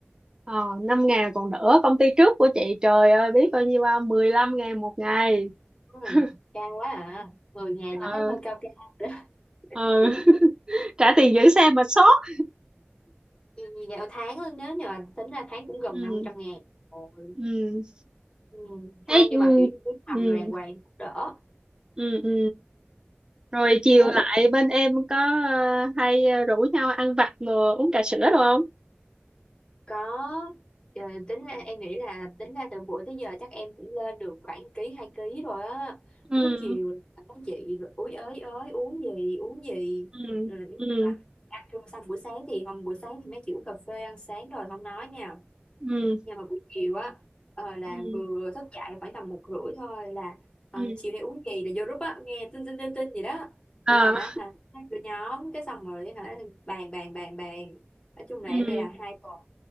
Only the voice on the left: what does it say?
ừ,
cao quá à mười ngàn
là thấy hơi cao cao rồi đó
<laughs>
Vì dạo tháng luôn nếu như mà tính ra tháng cũng gần
năm trăm ngàn Ôi.
ừ.
không
nhưng mà kiểu như cứ hầm
đồ đàng hoàng thì cũng đỡ
nếu
có Ờ, tính ra em nghĩ là tính ra từ bữa tới giờ chắc em cũng lên được khoảng ký hai ký rồi á
cứ chiều làm có chị rồi úi ới ới uống gì uống gì
ừ,
và ăn trưa xong buổi sáng thì hôm buổi sáng thì mấy kiểu cà phê ăn sáng rồi không nói nha
nhưng mà buổi chiều á ờ, là
vừa thức dậy khoảng tầm một rưỡi thôi là ờ,
chiều nay uống kỳ là vô group á nghe tin tin tin tin gì đó là
hả hai đứa nhóm cái xong rồi hả bàn bàn bàn bàn nói chung là
em đi làm hai tuần